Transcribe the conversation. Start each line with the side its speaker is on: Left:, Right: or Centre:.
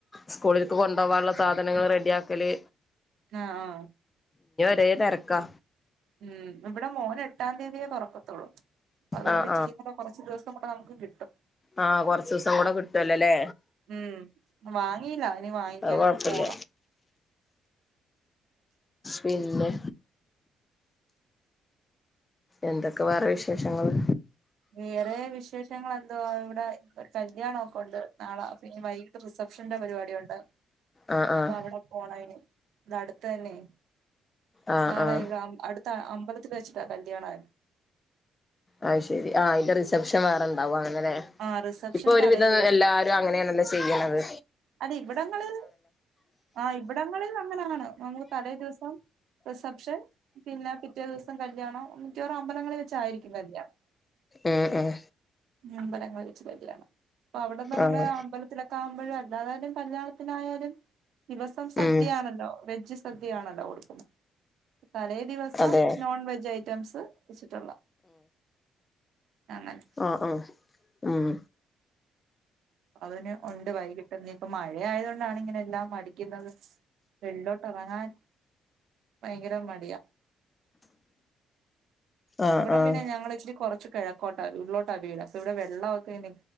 Left: സ് കൂളിൽക്ക് കൊണ്ടോവാനുള്ള സാധനങ്ങൾ റെ ഡിയാക്കല്
Right: ആ ആ
Left: ദേ തെരക്കാ
Right: ഉം ഇവിടെ മോന് എട്ടാം തീയതിയേ തൊറക്കത്തുള്ളൂ അതുകൊണ്ട്
Left: ആഹ്
Right: ഇച്ചിരേക്ക കൊറച്ച്ദിവസം <unintelligible> നമുക്കു കിട്ടും
Left: ആ കൊറച്ചിവസം കൂടെ കിട്ടുവല്ലോല്ലേ
Right: ഉം വാങ്ങിയില്ല ഇനി വാങ്ങിക്കാനൊക്കെ
Left: അത് കൊഴപ്പില്ല
Right: പോണം
Left: പിന്നെ എന്തൊക്കെ വേറെ വിശേഷങ്ങള്
Right: വേറെ വിശേഷങ്ങള് എന്തുവാ ഇവിടെ കല്യാണോക്ക ഒണ്ട് നാള പിന്നെ വൈകിട്ട് റിസപ്ഷന്റെ പരിപാടിയൊണ്ട്
Left: ആഹ് ആഹ്
Right: അപ്പൊ അവിടെ പോണയിന് ഇത് അടുത്തന്നെ
Left: ആഹ്
Right: നാളെ
Left: ആഹ്
Right: ഇവിടെ അം അട് ത്ത അമ്പലത്തിൽ വെച്ചിട്ടാ കല്യാണായത്
Left: അഹ് ശെരി ആ അതിന്റെ റിസെപ്ഷൻ വേറുണ്ടാവും അ ന്നലെ
Right: ആഹ് റിസപ്ഷൻ
Left: ഇപ്പൊ ഒരുവിധം
Right: തലേ ദിവസം
Left: എല്ലാരും അങ്ങനെയണേല്ലോ ചെ ചെയ്യ്ണത്
Right: അത് ഇവിടങ്ങളിൽ ആ ഇവിടങ്ങളിൽ അങ്ങനെയാണ് നമ്മൾ തലേ ദിവസം റിസപ്ഷൻ പിന്നെ പിറ്റേ ദിവസം കല്യാണം മിക്കവാറും അമ്പലങ്ങളിൽ വെച്ചായിരിക്കും കല്യാണം
Left: ഉം ഉം
Right: അമ്പലങ്ങളിൽ വെച്ച് കല്യാണം അപ്പൊ അവിടെന്ന് തന്നെ
Left: ആഹ്
Right: അമ്പലത്തിലെക്കാം മ്പയാ എന്തായാലും കല്യാണത്തിനായാലും ദിവസം സദ്യയാണല്ലോ
Left: ഉം
Right: വെജ് സ സദ്യയാണല്ലോ കൊടുക്കുന്നത് തലേ ദിവസം
Left: അതെ
Right: നോൺ വെജ് ഐ റ്റംസ് വെച്ചിട്ടുള്ള അങ്ങനെ
Left: ആ ആഹ് ഉം
Right: അതിന് ഉണ്ട് വൈകിട്ട് ഇന്നിപ്പം മഴ ആയത് കൊണ്ടാണ് ഇങ്ങനെ എല്ലാം മടിക്കുന്നത് വെളി ള്ളോട്ട് എറങ്ങാൻ ഭയങ്കര മടിയ
Left: ആഹ്
Right: ഇവിടെ
Left: ആഹ്
Right: പിന്നെ ഞങ്ങൾ ഇച്ചിരി കൊറച്ച് കിഴക്കോട്ടാ ഉള്ളിലോട്ടാ വീട് അപ്പൊ ഇവിടെ വെള്ളൊക്കെ ഇനി